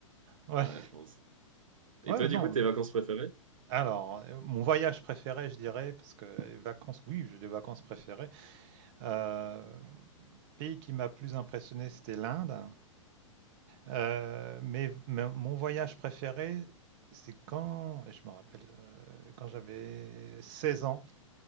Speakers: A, on the right; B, on the right.
A: Ouais,
B: Ouais, je pense. Et
A: ouais,
B: toi,
A: non,
B: du coup, tes vacances préférées?
A: Alors, heu, mon voyage préféré, je dirais, parce que euh, vacances, oui, j'ai des vacances préférées. Heu, pays qui m'a plus impressionné, c'était l'Inde. Heu, mais mais mon voyage préféré, c'est quand et je me rappelle, heu, quand j'avais 16 ans